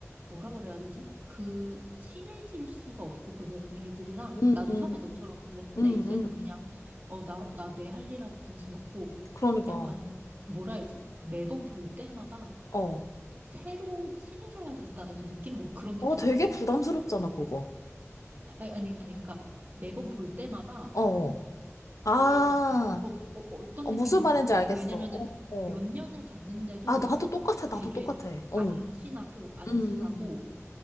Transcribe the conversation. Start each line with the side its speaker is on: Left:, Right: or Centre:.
Right: 뭐라 그래야 되지? 그 친해질 수가 없고 그 며느리들이랑
Left: 응,
Right: 나도
Left: 응,
Right: 처음에 너처럼 그랬는데
Left: 응,
Right: 이제는 그냥
Left: 응.
Right: 어, 나, 나 내 할 일하고 관심 없고
Left: 그러니까,
Right: 약간 뭐라 해야지? 매번 볼 때마다
Left: 어.
Right: 새로 친해져야 된다는 느낌? 뭐 그런 느낌
Left: 어, 되게
Right: 알아?
Left: 부담스럽잖아, 그거.
Right: 아니, 아니, 아니, 그러니까 매번 볼 때마다
Left: 어. 어. 아,
Right: 초면 같아. 어, 어, 어떤
Left: 어,
Right: 느낌인지
Left: 무슨 말인지
Right: 알아?
Left: 알겠어.
Right: 왜냐면은
Left: 어,
Right: 몇
Left: 어.
Right: 년을 봤는데도
Left: 아, 나도 똑같아, 나도
Right: 되게
Left: 똑같아. 어.
Right: 안
Left: 응,
Right: 친하고 안
Left: 응,
Right: 친하고